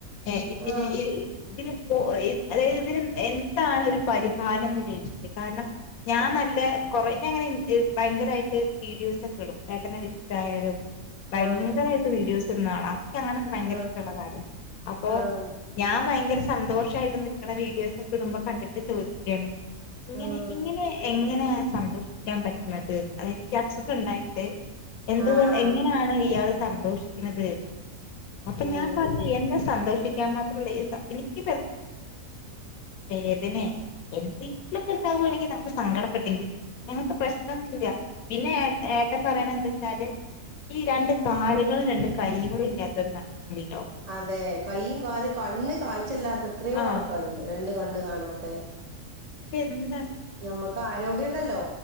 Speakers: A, on the left (about 80°); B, on the right (about 30°).
A: ഹേ ഇതിനു
B: ആഹ്
A: ഇ ഇതിന് ഓ അതായത് ഇതിന് എന്താണ് ഒരു പരിഹാരം എന്ന് നിരീചിട്ട് കാരണം ഞാൻ നല്ല കുറെ ഞാനങ്ങനെ എ ഭയങ്കരമായിട്ട് വീഡിയോസ് ഇടും ഏട്ടനെ വെച്ചിട്ടായാലും ഭയങ്കരമായിട്ട്
B: ആഹ്
A: വീഡിയോസ് ഒന്ന് കാണാം ഞങ്ങൊളോക്കെ ഭയങ്കര
B: ആഹ്
A: ഇഷ്ടമുള്ള കാര്യം അപ്പൊ
B: ആഹ്
A: ഞാൻ ഭയങ്കര സന്തോഷായിട്ട് നിക്കണ വീഡിയോസൊക്കെ ഇടുമ്പോ കണ്ടിട്ട് ചോദിക്കാണ് ഇങ്ങനെ
B: ആഹ്
A: ഇങ്ങനെ എങ്ങ എങ്ങനാ സന്തോഷിക്കാൻ പറ്റണത് അതനിക്ക് അസുഖം ഉണ്ടായിട്ട് എന്തുകൊണ്ട്
B: ആഹ്
A: എങ്ങനെയാണ് ഇയാള് സന്തോഷിക്കണത് അപ്പ
B: ഉം
A: ഞാൻ പറഞ്ഞ് എന്റെ സന്തോ രക്ഷിക്കാൻ മാത്രല്ലേ എനിക്ക് വേദനയ എന്തെങ്കിലൊക്കെ ഉണ്ടാവാണെങ്കിൽ നമക്ക് സങ്കടപ്പെട്ടെരി ഞങ്ങക്ക് പ്രശ്നമൊന്നുംല്ല പിന്നെ എ ഞാൻ പറയണ എന്താന്നുവെച്ചാല് ഈ രണ്ട് കാലുകളും രണ്ട് കൈകളും ഇല്ലാത്തോര് നടക്കുന്നി
B: അതെ കൈയും കാല് കണ്ണ് കാഴ്ചില്ലാ എത്രയോ
A: ആഹ്
B: ആൾക്കാരുണ്ട് രണ്ട് കണ്ണ് കാണാത്ത
A: എന്താ
B: ഞമ്മക്ക് ആരോഗ്യം ഉണ്ടല്ലോ